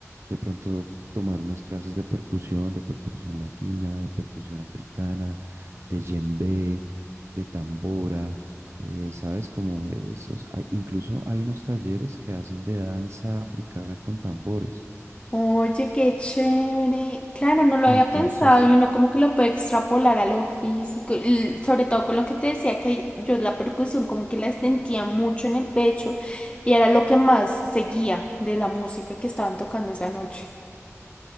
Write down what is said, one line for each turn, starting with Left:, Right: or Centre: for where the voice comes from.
Right: de pronto tomar unas clases de percusión, de percusión latina, de percusión africana, de djembe, de tambora, eh, ¿sabes? Como de esos. Hay- incluso hay unos talleres que hacen de danza africana con tambores.
Left: Oye, qué chévere. Claro, no lo
Right: Entonces,
Left: había pensado y uno como que lo puede extrapolar a lo físico, y sobre todo con lo que te decía que yo la percusión como que la sentía mucho en el pecho y era lo que más seguía de la música que estaban tocando esa noche.